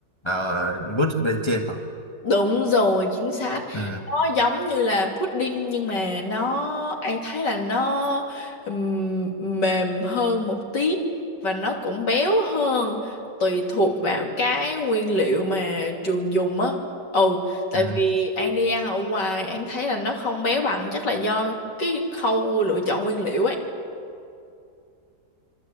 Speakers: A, on the left; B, on the left.
A: uh, mút bên trên vào
B: Đúng rồi, chính xác.
A: ừ
B: Nó giống như là pudding nhưng mà nó anh thấy là nó ừm, mềm hơn một tí và nó cũng béo hơn tùy thuộc vào cái nguyên liệu mà trường dùng á. Ừ, tại
A: ừ
B: vì anh đi ăn ở ngoài anh thấy là nó không béo bằng chắc là do cái khâu lựa chọn nguyên liệu ấy.